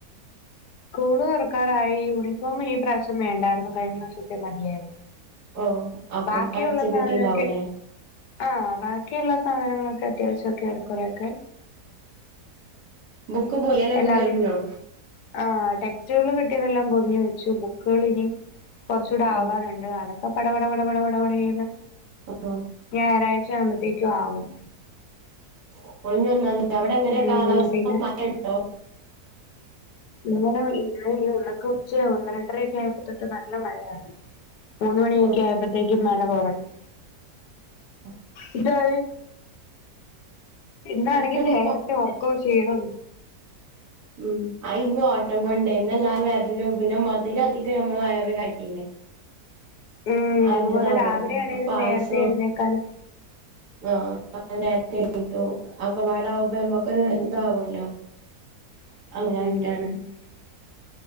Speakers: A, on the left; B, on the right.
A: സ്കൂള് തൊറക്കാറായി യൂണിഫോം ഈ പ്രാശ്യം വേണ്ടായിരുന്നു കഴിഞ്ഞ വർഷത്തെ മതിയായിരുന്നു
B: ഓ അപ്പം
A: ബാക്കിയുള്ള
B: അടിച്ച്
A: സാധനൊക്കെ
B: കിട്ടിണ്ടാവൂലേ
A: ആഹ് ബാക്കിയുള്ള സാധന ക്കെ അത്യാവശ്യംക്കെ ഏറെകുറെക്കെ
B: ബുക്ക് പൊതിയലൊക്കെ
A: എല്ലാം
B: കഴിഞ്ഞോ
A: ആഹ് ടെക് സ്റ്റ്കള് കിട്ടിയതെല്ലാം പൊതിഞ്ഞു വെച്ചു ബുക്കുകൾ ഇനി കുറച്ചുടെ
B: ഓ
A: ആവാനുണ്ട് അതൊ ക്കെ പട പട പട പട പട പടേന്ന്
B: ഓ
A: ഞായറാഴ്ച ആകുമ്പോത്തേക്കും ആവും
B: സ്കൂളിഞ്ഞി ഒന്നാം <unintelligible> അവിടെ എങ്ങനെ
A: ഉം
B: കാലാവസ്ഥ
A: പിന്നെ
B: മഴണ്ടോ
A: ഇങ്ങനെ <unintelligible> ക്ക് ഉച്ച ഒന്ന് രണ്ടരക്ക ആയപ്പോത്തൊട്ട് നല്ല മഴയായിരുന്നു മൂന്ന് മണിയൊക്കെ
B: ആ
A: ആയപ്പോത്തേക്കും മഴ കൊറഞ്ഞു
B: അ
A: ഇന്നാ ഇന്നാണെങ്കി
B: കറന്റൊക്കെ
A: നേരത്തെ ഒറക്കും ക്ഷീണം
B: ഉം ആ ഇന്ന് ഓട്ടം കൊണ്ട്ന്നല്ലാം വരിലും പിന്നെ മധിരം അധികം നമ്മള് വയറ് കയറ്റില്ലേ
A: ഉം
B: അയിൻ്റെതാകും
A: അതുപോലെ രാവിലെ ആണേലും
B: പായസും..
A: നേരത്തെ എഴുന്നേക്കാനും
B: ആഹ് <unintelligible> നേരത്തെ എണീറ്റു.. അതൊക്കപാടാവുമ്പോ നമ്മക്കൊരു
A: ഉം
B: ഇതാവുല്ലോ
A: ഉം
B: അങ്ങനായിട്ടാണ്